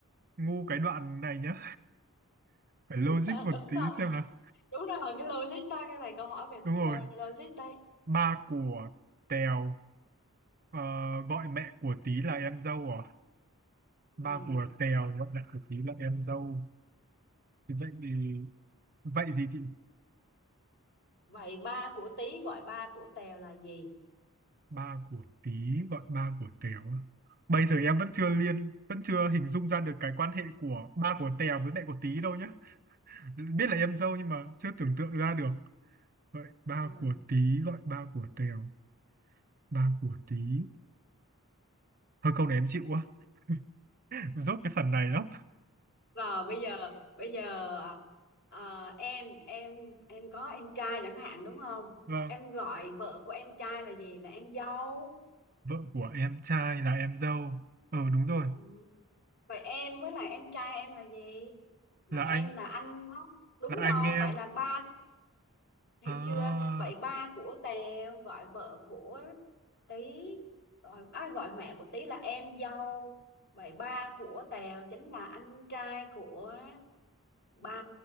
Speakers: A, on the right; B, on the left.
A: ngu cái đoạn này nhá phải logic
B: <laughs>
A: một
B: đúng
A: tí
B: rồi
A: xem nào
B: đúng rồi cái logic đó cái này câu hỏi về
A: đúng
B: lo-
A: rồi
B: logic đây
A: ba của Tèo ờ, gọi mẹ của Tí là em dâu à
B: ừ.
A: ba của Tèo gọi mẹ của Tí là em dâu thì vậy thì vậy gì chị
B: vậy ba của Tý gọi ba của Tèo là gì
A: ba của tí gọi ba của tèo á. bây giờ em vẫn chưa liên vẫn chưa hình dung ra được cái quan hệ của ba của tèo với mẹ của tí đâu nhá biết là em dâu nhưng mà chưa tưởng tượng ra được vậy ba
B: Ừ.
A: của tí gọi ba của tèo ba của tí hơi câu này em chịu quá <laughs> rốt cái phần này lắm
B: Rồi bây giờ bây giờ ờ, em em em có em trai chẳng hạn đúng không?
A: <laughs> vâng
B: Em gọi vợ của em trai là gì? Là em dâu.
A: vợ của em trai là em dâu ờ đúng rồi
B: Ừ. Vậy em với lại em trai em là gì? Là
A: là
B: em
A: anh
B: là anh đó. Đúng
A: là anh
B: rồi,
A: em
B: vậy là ba hiểu
A: à
B: chưa? Vậy ba của Tèo gọi vợ của Tí rồi ai gọi mẹ của Tí là em dâu vậy ba của Tèo chính là anh trai của ba